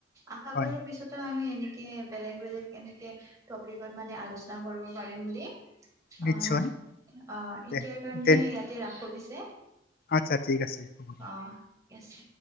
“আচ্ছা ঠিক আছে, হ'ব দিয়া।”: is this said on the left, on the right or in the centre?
Left